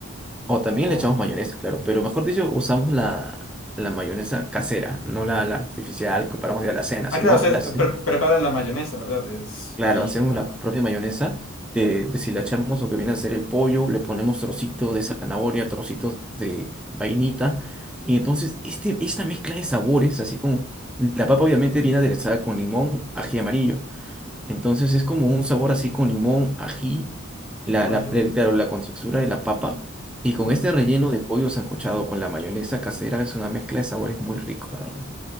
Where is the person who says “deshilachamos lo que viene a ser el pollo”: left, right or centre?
Centre